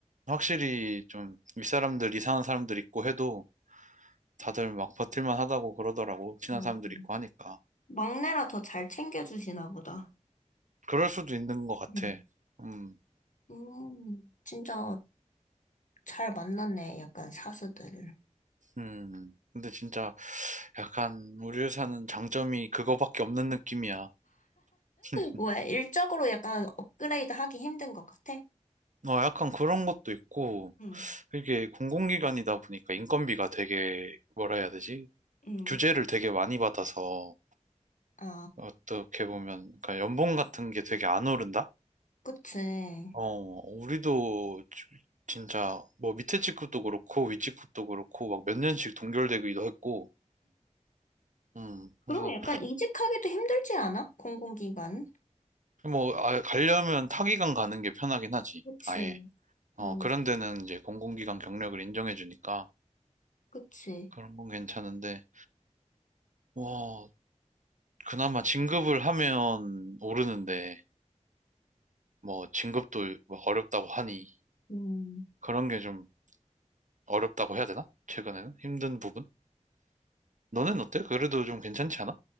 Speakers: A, on the right; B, on the left.
A: 확실히 좀 윗사람들 이상한 사람들 있고 해도 다들 막 버틸만 하다고 그러더라고 친한
B: 응.
A: 사람들 있고 하니까
B: 막내라 더 잘 챙겨주시나 보다.
A: 그럴 수도 있는 것 같아
B: 음.
A: 음
B: 음, 진짜 잘 만났네, 약간 사수들을.
A: 음. 근데 진짜 약간 우리 회사는 장점이 그거밖에 없는 느낌이야 <laughs>
B: 왜? 일적으로 약간 업그레이드 하기 힘든 것 같아?
A: 어, 약간 그런 것도 있고,
B: 응,
A: 이게 공공기관이다 보니까 인건비가 되게, 뭐라 해야 되지?
B: 응.
A: 규제를 되게 많이 받아서,
B: 아,
A: 어떻게 보면, 그러니까 연봉 같은 게 되게 안 오른다?
B: 그치.
A: 어, 우리도 지- 진짜, 뭐 밑에 직급도 그렇고, 위 직급도 그렇고, 막 몇 년씩 동결되기도 했고, 음, 그래서,
B: 그러면 약간 이직하기도 힘들지 않아? 공공기관?
A: 뭐, 아, 가려면 타기관 가는 게 편하긴 하지,
B: 그치.
A: 아예. 어,
B: 어,
A: 그런 데는 이제 공공기관 경력을 인정해주니까,
B: 그치.
A: 그런 건 괜찮은데, 와, 그나마 진급을 하면 오르는데, 뭐, 진급도 막 어렵다고 하니,
B: 음.
A: 그런 게 좀 어렵다고 해야 되나? 최근에는? 힘든 부분? 너는 어때? 그래도 좀 괜찮지 않아?